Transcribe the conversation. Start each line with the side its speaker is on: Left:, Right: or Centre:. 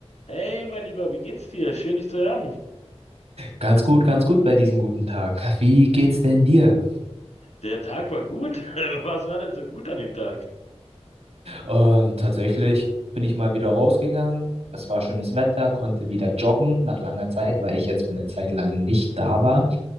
Left: Hey, mein Lieber, wie geht's dir? Schön, dich zu hören.
Right: Ganz gut, ganz gut bei diesem guten Tag. Wie geht's denn dir?
Left: Der Tag war gut. <laughs> Was war denn so gut an dem Tag?
Right: Ähm, tatsächlich bin ich mal wieder rausgegangen. Es war schönes Wetter, konnte wieder joggen nach langer Zeit, weil ich jetzt für eine Zeit lang nicht da war.